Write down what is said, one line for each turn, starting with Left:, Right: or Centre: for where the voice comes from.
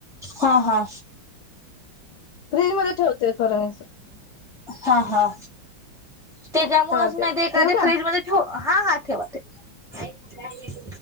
Centre: हा हा.
Left: फ्रीज मध्ये ठेवतोय खरं मी.
Centre: हा हा. त्याज्यामुळच
Left: चहा
Centre: म ते एखाद
Left: ठेवू का
Centre: फ्रीजमध्ये ठेवू? हा - हा ठेवा -ठेवा.